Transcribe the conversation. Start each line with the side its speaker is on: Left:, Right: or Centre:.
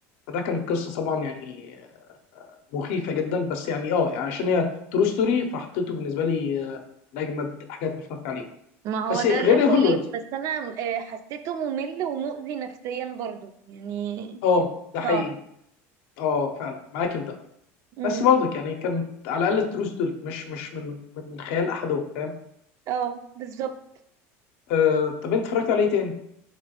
Left: فده كانت قصه طبعا يعني مخيفه جدا بس يعني اه يعني عشان هي ترو ستوري فحطيته بالنسبه لي من اجمد الحاجات اللي اتفرجت عليها
Right: ما
Left: بس
Right: هو ده
Left: غير
Right: لا خلاف
Left: هوليوود
Right: بس انا آه حسيته ممل ومؤذي نفسيا برضو يعني
Left: اه
Right: صعب
Left: ده حقيقي اه فعلا معاك في ده
Right: امم
Left: بس برضه يعني كانت على الاقل ترو ستوري مش مش من من خيال احدهم فاهم
Right: اه بالظبط
Left: آه طب انت اتفرجت عليه تاني